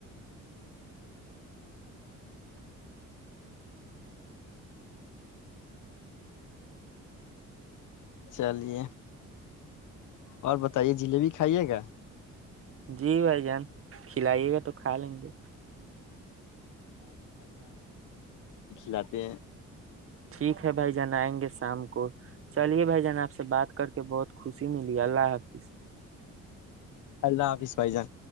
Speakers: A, on the left (about 80°); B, on the right (about 45°).
A: چلیے اور بتائیے جلے بھی کھائیے گا
B: جی بھائی جان کھلائیے گا تو کھا لیں گے
A: لاتے ہیں
B: ٹھیک ہے بھائی جان ائیں گے شام کو چلیے بھائی جان اپ سے بات کر کے بہت خوشی ملی اللہ حافظ
A: اللہ حافظ بھائی جان